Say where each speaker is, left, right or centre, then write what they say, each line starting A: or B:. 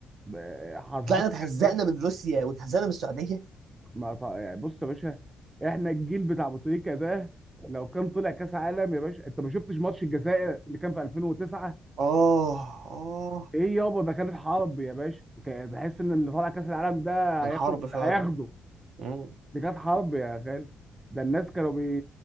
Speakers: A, on the right; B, on the right.
A: ب- حظنا
B: طلعنا اتهزقنا
A: كده
B: من روسيا واتهزقنا من السعوديه
A: ما ط- يعني بص يا باشا احنا الجيل بتاع بوتريكا ده لو كان طلع كاس عالم يا باشا انت ما شفتش ماتش الجزائر اللي كان في 2009
B: اه اه
A: ايه يابا ده كانت حرب يا باشا كان- بحس ان اللي طالع كاس العالم ده
B: كان
A: هياخد
B: حرب فعلا
A: هياخده
B: مم.
A: دي كانت حرب يا غالي ده الناس كانوا بي...